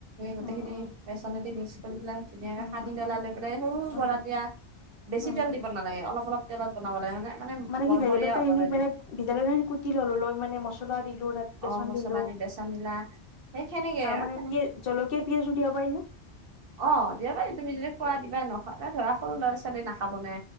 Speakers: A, on the right (about 60°); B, on the left (about 60°).
A: গোটেইখিনি
B: অ অ
A: বেচনদি মিক্স কৰি পেলাই ধুনীয়াকে
B: অ
A: সানি
B: অ
A: ললাই
B: অ
A: লৈ পেলাই সৰু
B: অ
A: বৰা দিয়া- বেছি
B: অ
A: তেল
B: অ
A: দিব
B: অ
A: নালাগে অলপ অলপ তেলত বনাবা লাগে-
B: মানে
A: মৰমৰীয়া
B: কি ভেৱেলীলতাখিনি
A: হ'ব লাগে
B: মান ভেৱেলিলতা খিনি কুটি ললো লৈ মানে মছলা দিলো তাত- বেচন
A: অঁ মছলা
B: দিলো
A: দি বেচন দিলা সেই সেনেকেই আৰু
B: মানে
A: সেনে-
B: পিয়াজ জলকীয়া পিয়াজো দিব পাৰিনে?
A: অঁ দিব পাৰি তুমি যদি খোৱা দিবা নখোৱা ধৰা সৰু ল'ৰা ছোৱালীয়ে নাখাব নে?